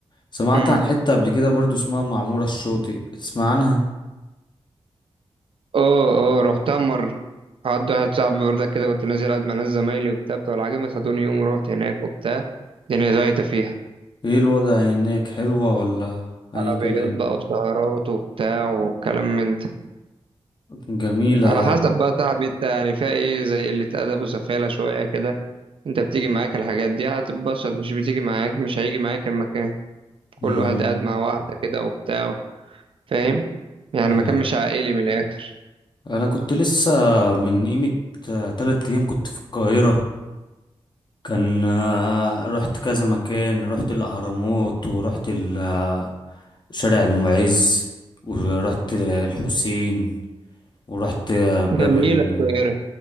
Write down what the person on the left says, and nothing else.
سمعت
عن حتة قبل كده برضو اسمها معمورة الشاطئ تسمع عنها
ايه الوضع هناك حلوة ولا اي
كلام
جميلة
امم
والله
انا كنت لسه من قيمة آه، تلات ايام كنت في القاهرة كان آه، رحت كذا مكان رحت الأهرامات ورحت ال- آه، شارع المعز ورحت الحسين ورحت آه، باب
ال...